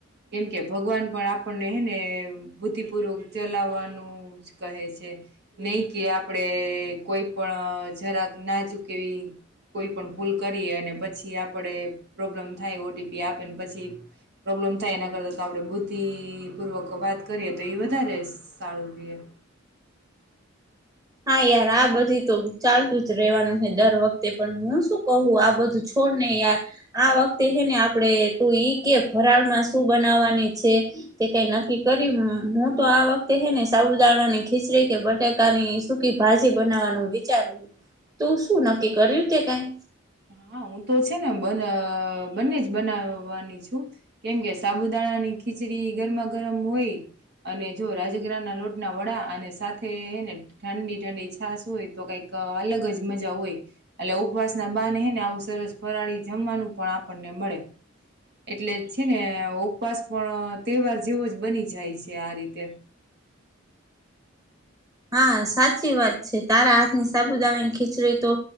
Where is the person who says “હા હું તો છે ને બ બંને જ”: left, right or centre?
Right